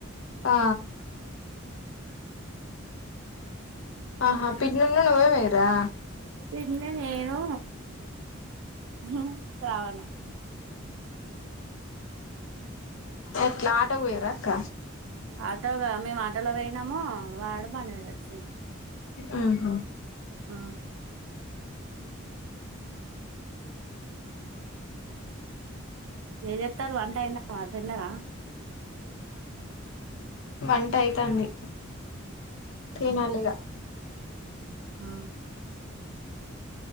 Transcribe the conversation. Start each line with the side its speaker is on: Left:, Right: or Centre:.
Left: ఆ ఆహా పిన్నను నువ్వే వైరా
Right: పన్న నేను <unintelligible> శ్రావణ
Left: ఎట్ల ఆటో కి పోయిర్ర అక్క
Right: ఆటోగా మేము ఆటోలో పోయినాము వాడు బండి మీద వచ్చిండు
Left: ఉ హు
Right: ఆ ఏ చెప్తారు వంట అయిందా మరి తిన్నరా
Left: వంట అయితంది తినాలిగా
Right: ఆ